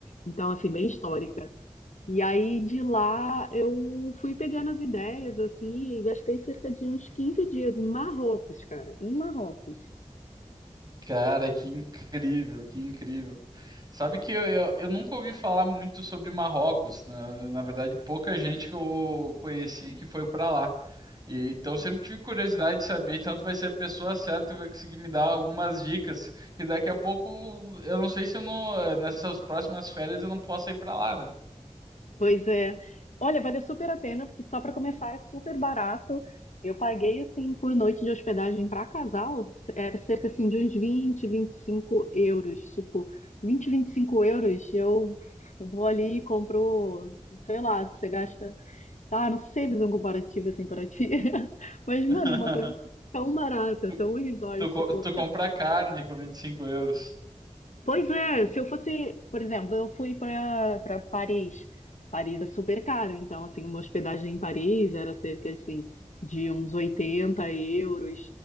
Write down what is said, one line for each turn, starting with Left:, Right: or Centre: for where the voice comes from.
Left: então, assim, bem histórica. E aí, de lá, eu fui pegando as ideias, assim, e gastei cerca de uns 15 dias em Marrocos, cara, em Marrocos.
Right: Cara, que incrível, que incrível. Sabe que eu, eu, eu nunca ouvi falar muito sobre Marrocos. Na, na verdade, pouca gente que eu conheci que foi para lá. E, então, sempre tive curiosidade de saber. Tanto vai ser a pessoa certa que vai conseguir me dar algumas dicas. que daqui a pouco, eu não sei se eu não, eh, nessas próximas férias eu não posso ir para lá, né?
Left: Pois é. Olha, valeu super a pena, porque só para começar é super barato. Eu paguei, assim, por noite de hospedagem para casal, era cerca, assim, de uns vinte vinte e cinco euros. Tipo, vinte vinte e cinco euros, eu vou ali e compro, sei lá, você gasta... Ah, não sei fazer um comparativo, assim, para ti. <laughs> Mas,
Right: <laughs>
Left: mano, é uma coisa, assim, tão barata,
Right: Tu,
Left: tão resort,
Right: tu, co-
Left: tipo...
Right: tu compra carne com 25 euros.
Left: Pois é, se eu fosse, por exemplo, eu fui para para Paris. Paris é super caro, então assim, uma hospedagem em Paris era cerca assim de uns 80 euros.